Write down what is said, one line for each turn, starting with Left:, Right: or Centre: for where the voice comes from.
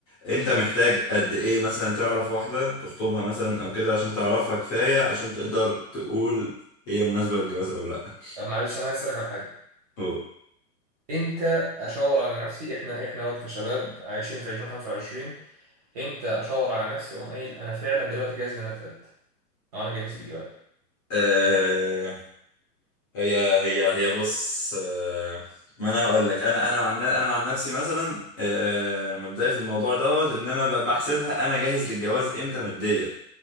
Left: انت محتاج قد ايه مثلا تعرف واحده تخطبها مثلا او كده عشان تعرفها كفايه عشان تقدر تقول هي مناسبه للجواز او لا
Right: طب معلش انا عايز اسالك على حاجه
Left: أو.
Right: امتى اشاور على نفسي احنا احنا وقت كشباب عايشين في 2025 امتى اشاور على نفسي اقوم قايل انا فعلا دلوقتي جاهز ان انا اتقد او انا جاهز للجواز
Left: آه، هي هي هي بص آه، ما انا هقول لك انا انا عن انا عن نفسي مثلا آه، مبدئي في الموضوع دوت ان انا ب- بحسبها انا جاهز للجواز امتى ماديا